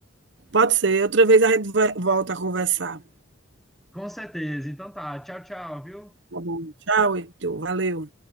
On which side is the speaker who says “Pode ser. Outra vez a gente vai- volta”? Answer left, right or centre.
Right